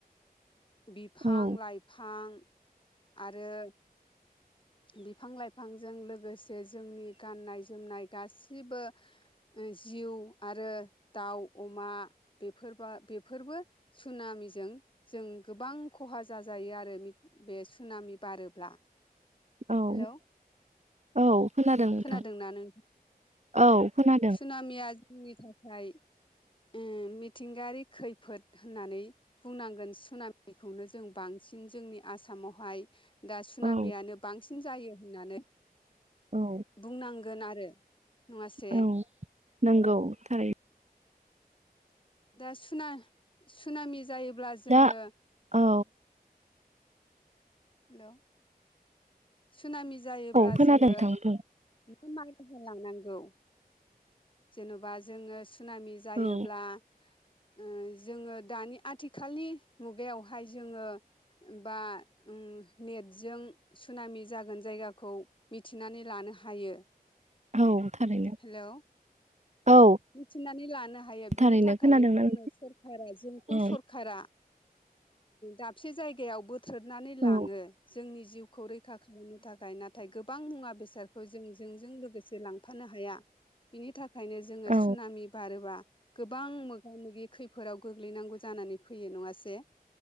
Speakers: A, on the left (about 30°); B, on the right (about 45°).
A: बिफां
B: औ
A: लाइफां आरो बिफां लाइफांजों लोगोसे जोंनि गाननाय जोमनाय गासिबो ओ जिव आरो दाउ अमा बेफोरबा बेफोरबो सुनामिजों जों गोबां खहा जाजायो आरो मिथ बे सुनामि बारोब्ला
B: औ
A: हेलौ
B: औ खोनादों नोंथां
A: खोनादोंना नों
B: औ खोना
A: सुनामिया जोंनि थाखाय उम मिथिंगायारि खैफोद होननानै बुंनांगोन सुनामिखौनो जों बांसिन जोंनि आसामावहाय दा सुनामियानो
B: औ
A: बांसिन जायो होननानै
B: औ
A: बुंनांगोन आरो नङासे
B: औ नंगौ थारै
A: दा सुना सुनामि जायोब्ला जोङो
B: दा औ
A: हेल' सुनामि जायोब्ला
B: औ खोनादों
A: जोङो
B: नोंथां बुं
A: मा मालमाथा लांनांगौ जेन'बा जोङो सुनामि जायोब्ला
B: औ
A: ओ जोङो दानि आथिखालनि मुगायावहाय जोङो बा ओम नेटजों सुनामि जागोन जायगाखौ मिथिनानै लानो हायो।
B: औ थारैनो
A: हेलौ
B: औ
A: मिथिनानै लानो हायो बिनि
B: थारैनो
A: थाखायनो
B: खोनादोंना
A: जोंनो
B: नोंथां
A: सरखारा जोंखौ
B: औ
A: सर खारा दाबसे जायगायाव बोथ्रनानै लाङो
B: औ
A: जोंनि जिउ खौ रैखा खालामनो थाखाय नाथाय गोबां मुवा बेसादखौ जों जोंजों लोगोसे लांफानो हाया। बिनि थाखायनो जोङो
B: औ
A: सुनामि बारोबा गोबां मोगा मोगि खैफोदाव गोग्लैनांगौ जानानै फैयो नङासे।